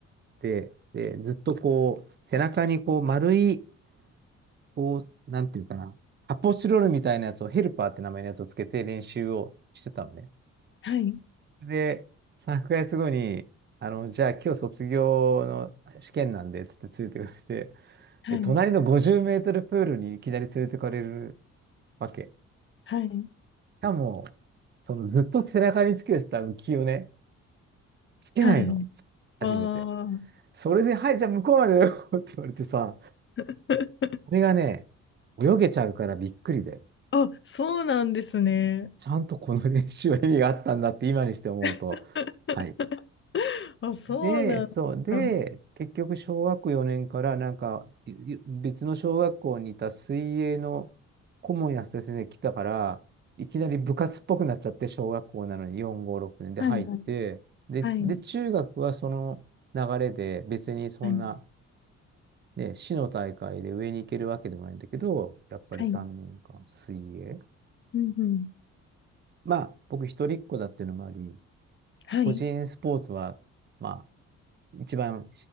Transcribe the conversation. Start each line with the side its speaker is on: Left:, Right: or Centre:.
Right: で、で、ずっとこう、背中にこう丸い、こう、なんていうかな、発泡スチロールみたいなやつをヘルパーって名前のやつをつけて練習をしてたのね。
Left: はい、
Right: で、3ヶ月後に、あの、じゃあ今日卒業の試験なんで、つって連れてかれて、
Left: はい、
Right: で、隣の50メートルプールにいきなり連れてかれるわけ。
Left: はい、
Right: しかも、そのずっと背中につけてた浮きをね、つけないの。
Left: はい。
Right: 初めて。
Left: ああ、
Right: それで、はい、じゃあ向こうまでよって言われてさ、
Left: <laughs>
Right: これがね、泳げちゃうからびっくりだよ。
Left: あ、そうなんですね。
Right: ちゃんとこの練習は意味があったんだって今にして思うと。
Left: <laughs>
Right: はい。
Left: あ、そうなんですか。
Right: で、そう、で、
Left: は
Right: 結局、小学4年からなんか、いい別の小学校にいた水泳の顧問や先生が来たから、いきなり部活っぽくなっちゃって、小学校なのに4、5、6年で入って、
Left: いはい
Right: で、
Left: はい、
Right: で、中学はその流れで、別にそんな、
Left: はい、
Right: ね、市の大会で上に行けるわけでもないんだけど、やっぱり3年間水泳。
Left: はい、うん、うん、
Right: まあ、僕一人っ子だっていうのもあり、
Left: はい。
Right: 個人スポーツは、まあ、一番